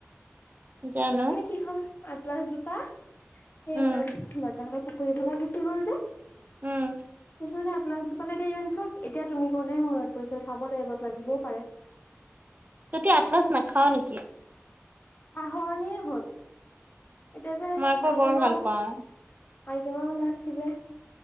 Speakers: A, on the right; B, on the left.
A: জানো
B: মানে কি হ'ল আদলাছজোপা এই
A: উম
B: মমাৰ বৰ্তাহতৰ পুখুৰী ফালে গুচি গ'ল যে
A: উম।
B: তাৰপিছত মানে আটলাছজোপালেৰিান চা এতিয়া তুমি কোতেহে মূৰত পৰিছ চাব লাগ এইবত লাগিবও পাৰে
A: ততি আতলচ নাখাও নেকি?
B: পাহৰণিয়েই হল এতিয়া যে
A: মই আকৌ
B: আইটেমাও
A: বৰ ভাল পাওঁ।
B: আইত মাও ন আছিলে